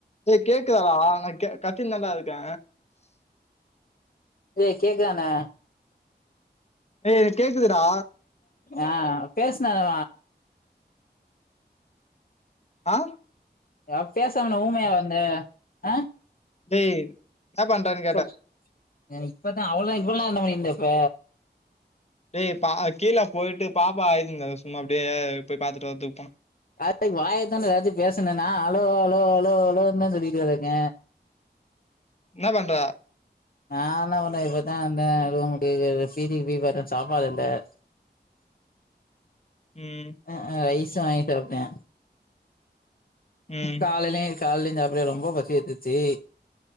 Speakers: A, on the left (about 35°); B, on the left (about 55°).
A: லேய் கேக்குதாடா நா கத்தின்னு தாண்டா இருக்க
B: ஏ கேக்குதா என்ன
A: ஏய் எனக் கேக்குதுடா
B: ஆ பேசுனவ
A: ஆ
B: ஏ பேசாம என்ன ஊமையாவ இருந்த ஆ
A: லேய் என்ன பண்றங்
B: சொல் இப்பதா அவ்வளா இவ்வள நேர என்ன பண்ணிருந்த இப்ப
A: டேய் பா கீழ போயிட்டு பாப்பா ஆய்ருந்தா சும்மா அப்டியே போய் பாத்துட்டு வரதுக்கு போன
B: அத வாயத்தொன்னு ஏதாச்சு பேசுனா என்னா அலோ அலோ அலோ அலோனு தா சொல்லிட்டு கெடக்க
A: என்ன பண்ற
B: நா என்ன பண்ணே இப்பத்தா வந்த ரூம் பீதிக்கு சீடிக்கு போய் பாத்த சாப்பாடு இல்ல இன் ஆடியபிள்
A: ம்
B: ஆ ஆ ரைஸ் வாங்கி சாப்ட்ட
A: ம்
B: காலையிலயு கால்லேந்து சாப்ல ரொம்ப பசி எத்துச்சு